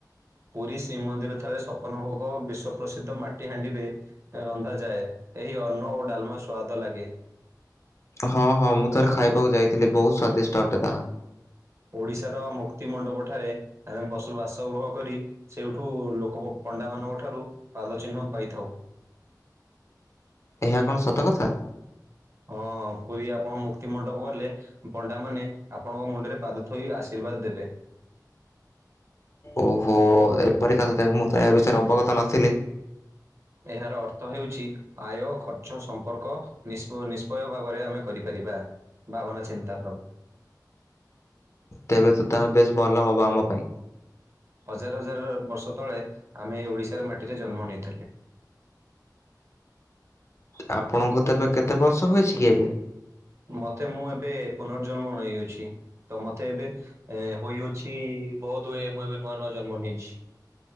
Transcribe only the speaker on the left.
ହଁ ହଁ ମୁଁ ଥରେ ଖାଇବାକୁ ଯାଇଥିଲି, ବହୁତ୍ ସ୍ଵାଦିଷ୍ଟ ଅଟେ ତାହା।
ଏହା କ'ଣ ସତ କଥା?
ଓହୋ, ଏପରି କଥା ବେ ମୁଁ ତ ଏହା ବିଷୟରେ ଅବଗତ ନଥିଲି।
ତେବେ ତ ତାହା ବେଶ୍ ଭଲ ହବ ଆମ ପାଇଁ।
ଆପଣଙ୍କୁ ତେବେ କେତେ ବର୍ଷ ହୋଇଛି କି ଏବେ?